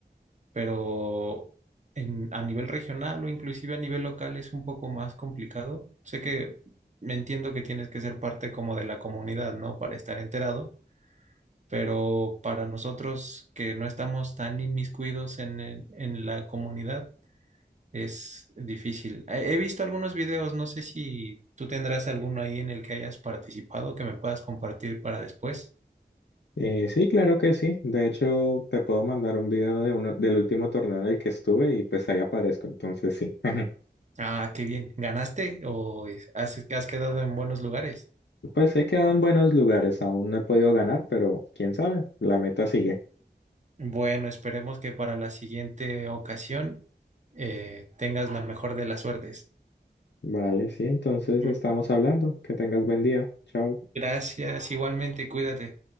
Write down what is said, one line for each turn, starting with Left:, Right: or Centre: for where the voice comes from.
Right: pero en, a nivel regional o inclusive a nivel local es un poco más complicado. Sé que me entiendo que tienes que ser parte como de la comunidad, ¿no? Para estar enterado, pero para nosotros que no estamos tan inmiscuidos en, el- en la comunidad, es difícil. He he visto algunos videos, no sé si tú tendrás alguno ahí en el que hayas participado que me puedas compartir para después.
Left: Eh, sí, claro que sí. De hecho, te puedo mandar un video de uno, del último torneo en el que estuve y pues ahí aparezco. Entonces sí. <laughs>
Right: Ah, qué bien. ¿Ganaste o has, has quedado en buenos lugares?
Left: Pues he quedado en buenos lugares. Aún no he podido ganar, pero quién sabe, la meta sigue.
Right: Bueno, esperemos que para la siguiente ocasión eh, tengas la mejor de las suertes.
Left: Vale, sí, entonces
Right: Mm.
Left: estamos hablando. Que tengas buen día. Chao.
Right: Gracias, igualmente, cuídate.